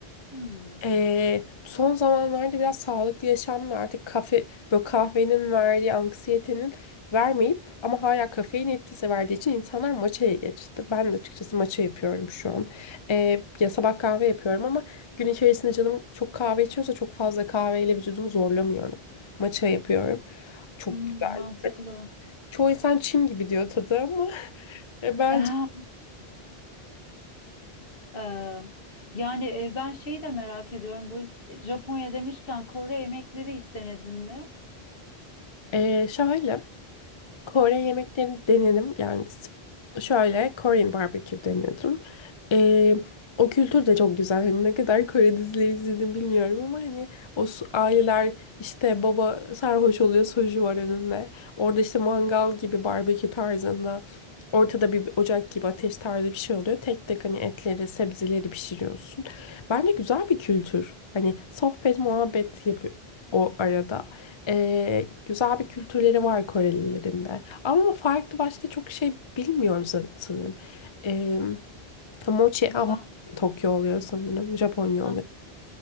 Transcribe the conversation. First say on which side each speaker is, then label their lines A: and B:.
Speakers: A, on the left (about 60°); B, on the left (about 35°).
A: Hmm,
B: Ee, son zamanlarda biraz sağlıklı yaşamla artık kafe, böyle kahvenin verdiği anksiyetenin vermeyip ama hala kafein etkisi verdiği için insanlar matcha'ya geçti. Ben de açıkçası matcha yapıyorum şu an. Ee, ya sabah kahve yapıyorum ama gün içerisinde canım çok kahve içiyorsa çok fazla kahveyle vücudumu zorlamıyorum. Matcha yapıyorum. Çok
A: hmm,
B: güzel.
A: mantıklı.
B: Çoğu insan çim gibi diyor tadı ama <laughs> e, bence
A: <laughs> Ee, yani e, ben şeyi de merak ediyorum. Bu e, Japonya demişken Kore yemekleri hiç denedin mi?
B: Ee, şöyle Kore yemeklerini denedim. Yani s- şöyle Korean barbecue denedim. Ee, o kültür de çok güzel. Hani ne kadar Kore dizileri izledim bilmiyorum ama hani o su- aileler işte baba sarhoş oluyor soju var önünde. Orada işte mangal gibi barbekü tarzında ortada bir ocak gibi ateş tarzı bir şey oluyor. Tek tek hani etleri sebzeleri pişiriyorsun. Bence güzel bir kültür. Hani sohbet muhabbet yapıyor o arada. Ee, güzel bir kültürleri var Korelilerin de. Ama farklı başka çok şey bilmiyorum san- sanırım. Ee, mochi
A: Ha,
B: ama
A: Ben
B: Tokyo oluyor sanırım. Japonya
A: ha,
B: oluyor.